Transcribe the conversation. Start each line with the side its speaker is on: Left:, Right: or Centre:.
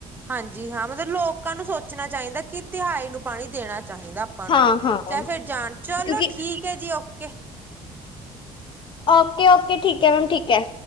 Right: ਹਾਂਜੀ ਹਾਂ ਮਤਲਬ ਲੋਕਾਂ ਨੂੰ ਸੋਚਣਾ ਚਾਹੀਦਾ ਕਿ ਤਿਹਾਏ ਨੂੰ ਪਾਣੀ ਦੇਣਾ ਚਾਹੀਦਾ। ਆਪਾਂ ਨੂੰ
Left: ਹਾਂ ਹਾਂ
Right: ਚਾਏ ਫਿਰ ਜਾਣ ਚਲੋ
Left: ਕਿਉਂਕਿ
Right: ਠੀਕ ਹੈ ਜੀ ਓਕੇ।
Left: ਓਕੇ-ਓਕੇ ਠੀਕ ਹੈ ਮੈਮ ਠੀਕ ਹੈ।